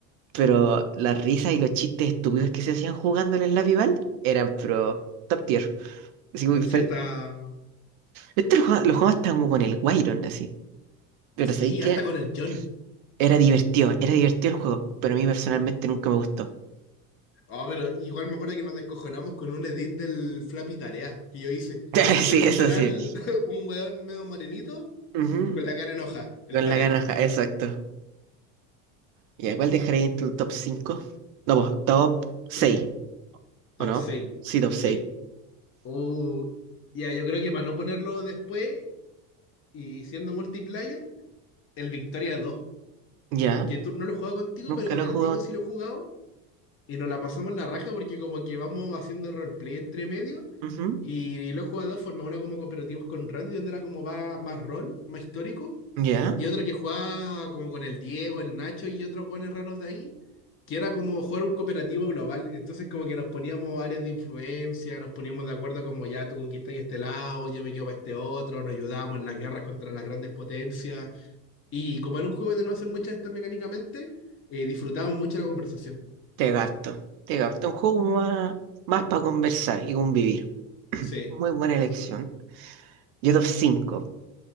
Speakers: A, on the right (about 60°); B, on the left (about 35°).
A: pero las risas y los chistes estúpidos que se hacían jugando en la rival eran pro top tier. Así muy
B: Pero
A: fel-
B: sí está.
A: Esto lo jugaba, lo jugaba hasta como con el Wyron, así. Pero
B: Sí,
A: sabéis que
B: hasta con el John.
A: era divertido, era divertido el juego, pero a mí personalmente nunca me gustó.
B: Oh, pero igual me acuerdo que nos descojonamos con un edit del Flappy Tarea que yo hice.
A: <laughs> Sí,
B: Que era
A: eso
B: literal
A: sí.
B: <laughs> un weón medio morenito
A: Ujú.
B: con la cara en hoja, el
A: Con
B: tarea.
A: la garraja, exacto. ¿Y a cuál dejaría entre el top cinco No, pues, top seis
B: <clears throat> Top
A: ¿o no?
B: seis,
A: Sí, top seis
B: Sí. Oh, ya, yo creo que para no ponerlo después y siendo multiplayer, el Victoria dos.
A: Ya,
B: Aunque tú no lo he jugado contigo,
A: nunca
B: pero con
A: lo he
B: el
A: jugado.
B: Diego sí lo he jugado. y nos la pasamos la raja porque como que vamos haciendo roleplay entre medio
A: Ujú.
B: y, y lo he jugado de dos formas, una como cooperativos con Randy, donde era como va más rol, más histórico,
A: Ya,
B: y otro que jugaba como con el Diego, el Nacho y otros buenos raros de ahí, que era como jugar un cooperativo global, entonces como que nos poníamos áreas de influencia, nos poníamos de acuerdo como ya tú conquistas este lado, yo me quedo para este otro, nos ayudábamos en las guerras contra las grandes potencias, y como era un juego de no hacer muchas estas mecánicamente, eh, disfrutábamos mucho la conversación.
A: te gasto. Te gasto un juego más, más para conversar y convivir. <clears throat>
B: Sí,
A: Muy buena elección. Yo top cinco